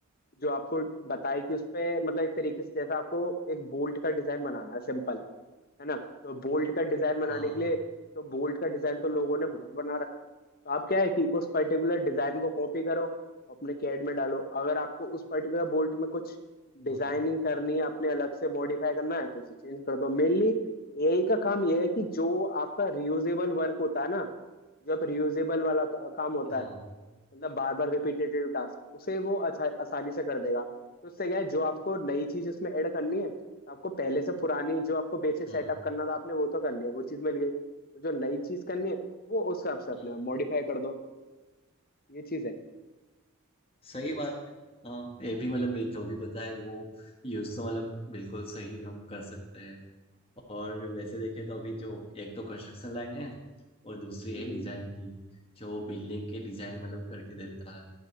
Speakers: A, on the left (about 45°); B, on the left (about 25°).
A: जो आपको बताए कि उस पे मतलब एक तरीके से जैसे आपको एक बोल्ट का डिजाइन बनाना है सिंपल है ना तो बोल्ट का डिजाइन बनाने
B: हाँ
A: के लिए तो बोल्ट का डिजाइन तो लोगों ने बहुत बना रखा है तो आप क्या है कि उस पर्टिकुलर डिजाइन को कॉपी करो अपने कैड में डालो अगर आपको उस पर्टिकुलर बोल्ट में कुछ डिजाइनिंग
B: हाँ
A: करनी है अपने अलग से मॉडिफाई करना है तो उसे चेंज कर दो मेनली एआई का काम यह है कि जो आपका रियूजेबल वर्क होता है ना जो आप रियूजेबल वाला का- काम होता
B: हाँ
A: है मतलब बार बार रिपीटेटिव टास्क उसे वो अच्छा आसानी से कर देगा तो उससे क्या है जो आपको नई चीज उसमें ऐड करनी है तो आपको पहले से पुरानी जो आपको बेसिक
B: हाँ,
A: सेटअप करना था आपने वो तो कर लिया वो चीज मिल गई और जो नई चीज करनी है वो उस हिसाब से अपने
B: हाँ,
A: मॉडिफाई कर दो ये चीज है
B: सही बात है हाँ ये भी मतलब बे- जो भी बताए वो यूज तो मतलब बिल्कुल सही हम कर सकते हैं और वैसे देखें तो अभी जो एक तो कंस्ट्रक्शन लाइन है और दूसरी
A: हम्म,
B: है डिजाइन की जो बिल्डिंग के डिजाइन मतलब करके देता है